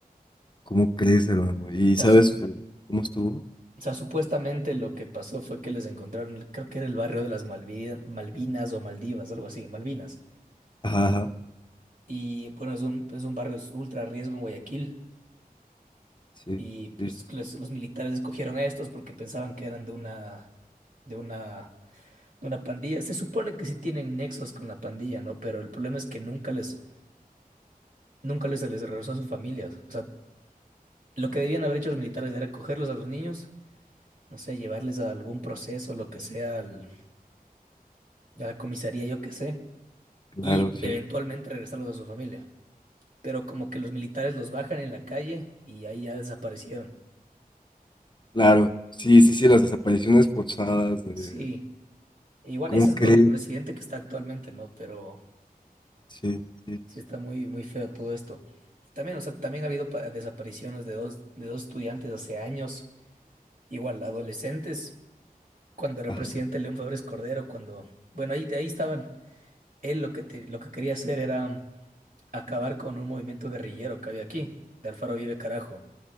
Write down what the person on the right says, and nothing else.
O sea,
sup-
o sea, supuestamente lo que pasó fue que les encontraron, creo que era el barrio de las Malvi- Malvinas o Maldivas, algo así, Malvinas.
Y bueno, es un, es un barrio ultra riesgo en Guayaquil.
Y pues
los, los militares escogieron a estos porque pensaban que eran de una, de una, de una pandilla. Se supone que sí tienen nexos con la pandilla, ¿no? Pero el problema es que nunca les, nunca les se les regresó a sus familias. O sea, Lo que debían haber hecho los militares era cogerlos a los niños, no sé, llevarles a algún proceso, lo que sea, al- a la comisaría, yo qué sé,
y
eventualmente regresarlos a su familia. Pero como que los militares los bajan en la calle y ahí ya desaparecieron.
Sí, E igual
ese es
con el presidente que está actualmente, ¿no? Pero
sí
está muy, muy feo todo esto. Y también, o sea, también ha habido pa- desapariciones de dos, de dos estudiantes hace años, igual adolescentes, cuando era
presidente León Febres Cordero, cuando, bueno, ahí, ahí estaban. Él lo que, te- lo que quería hacer era acabar con un movimiento guerrillero que había aquí, de Alfaro Vive Carajo.